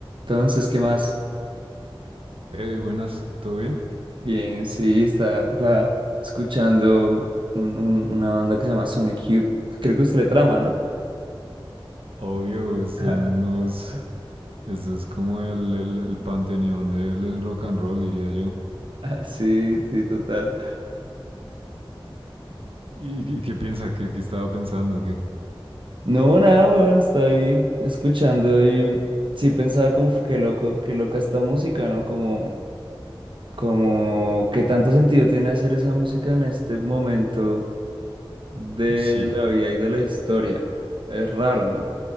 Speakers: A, on the right (about 60°); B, on the right (about 75°).
A: Entonces, ¿qué más?
B: Hey, buenas, ¿todo bien?
A: Bien, sí, estaba por acá escuchando un- un- una banda que se llama Sonic Youth. Creo que usted le trama, ¿no?
B: Obvio, es- son
A: Ajá.
B: unos.
A: <laughs>
B: Este es como el, el, el panteón del, del rock and roll, diría yo.
A: Sí, sí, total.
B: ¿Y, y qué piensa? ¿Qué, qué estaba pensando? ¿Qué?
A: No, nada, weón, está ahí escuchando y sí pensaba como "Uf, qué loco, qué loca esta música, ¿no? Como, como qué tanto sentido tiene hacer esa música en este momento de
B: Sí,
A: la vida y de la historia. Es raro, ¿no?